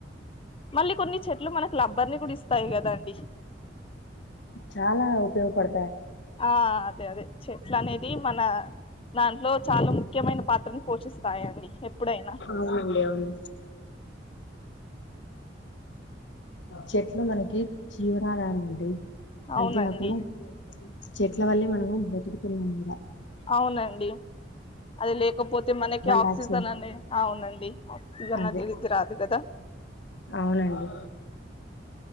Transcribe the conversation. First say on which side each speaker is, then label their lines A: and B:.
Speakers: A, on the left (about 30°); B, on the left (about 70°).
A: మళ్ళీ కొన్ని చెట్లు మనకు లబ్బర్ ని కూడా ఇస్త స్తాయి కదా అండి
B: చాల అవి ఉపయోగపడతాయి
A: ఆ అదే అదే చెట్లు అనేది మన దాంట్లో చాలా ముఖ్యమైన పాత్రను పోషిస్తాయండి ఎప్పుడైనా
B: అవునండి. అవును. చెట్లు మనకి జీవనాధారం అండి
A: అవునండి
B: అంతే కాకుండా చెట్ల వల్లే న బతుకుతున్నందున
A: అవునండి అది లేకపోతే మనకి ఆక్సిజన్
B: డయాక్సైడ్
A: అనే అవునండి ఆక్సిజన్
B: అదే
A: అది ఇది రాదు కదా
B: అవునండి